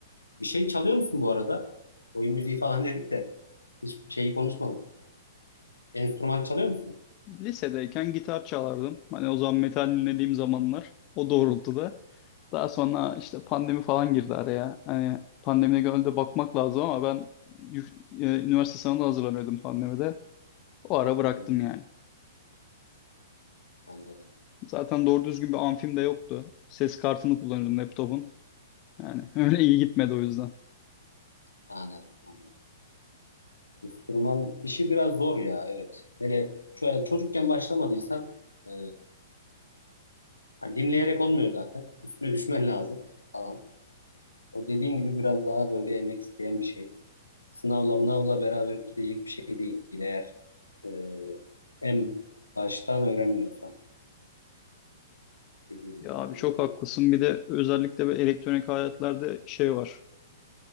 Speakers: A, on the left; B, on the left.
A: Bir şey çalıyor musun bu arada? Oyun müziği falan <laughs> dedik de hiç şeyi konuşmadık. Enstrüman çalıyor musun?
B: Lisedeyken gitar çalardım. Hani o zaman metal dinlediğim zamanlar o doğrultuda. Daha sonra işte pandemi falan girdi araya. Hani pandemide gönülde bakmak lazım ama ben yük- e, üniversite sınavına hazırlanıyordum pandemide. O ara bıraktım
A: Hmm,
B: yani.
A: anladım.
B: Zaten doğru düzgün bir amfim de yoktu. Ses kartını kullanıyordum laptopun. Yani <laughs> öyle iyi gitmedi o yüzden.
A: Anladım. Anladım. Enstrüman işi biraz zor ya evet. Hele ço- çocukken başlamadıysan e, hani dinleyerek olmuyor zaten. Üstüne düşmen lazım falan. O dediğin gibi biraz daha böyle emek isteyen bir şey. Sınavla mınavla beraber gidecek bir şey değil eğer e, en baştan öğrenmiyorsan dediğin gibi
B: Ya abi
A: aynen
B: çok
A: öyle.
B: haklısın. Bir de özellikle böyle elektronik aletlerde şey var.